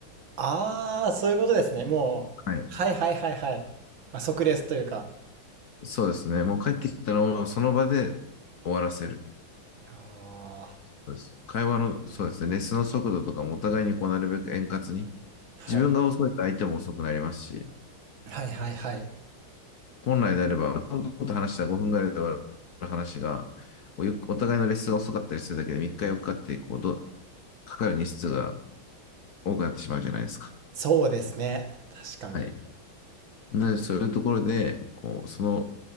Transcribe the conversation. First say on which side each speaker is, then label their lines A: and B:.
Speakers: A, on the right; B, on the left.
A: ああーそういうことですねもうはいはいはいはい、
B: はい。
A: まあ、即レスというか
B: そうですね。もう帰ってきたのをその場で終わらせる。
A: あ
B: そうです。会話の、そうですね。レッスンの速度とかもお互いにこう、なるべく円滑に。
A: ーはい
B: 自分が遅いと相手も遅くなりますし、
A: はいはいはい
B: 本来であれば、トントンと話したら分ぐらいで終わる話が、お互いのレッスンが遅かったりするだけで3日4日っかってこうどかかる日数が多くなってしまうじゃないですか。
A: そうですね。確かに。
B: はい。なので、そういうところで、こう、その、